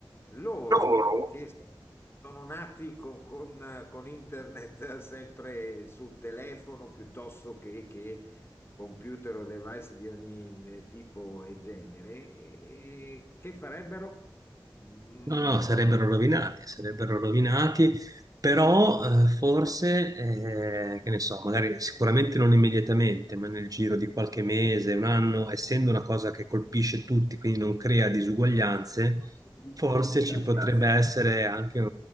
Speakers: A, on the left; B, on the right.
A: Loro
B: Loro?
A: che so- sono nati con, con- con internet <laughs> eh, sempre sul telefono piuttosto che, che computer o device di ogni eh, tipo e genere, e che farebbero? Mm,
B: No, no, sarebbero rovinati, sarebbero rovinati, però eh, forse, eh, che ne so, magari sicuramente non immediatamente, ma nel giro di qualche mese, un anno, essendo una cosa che colpisce tutti, quindi non crea disuguaglianze,
A: distinta,
B: forse ci
A: sì,
B: potrebbe
A: sì.
B: essere anche eh,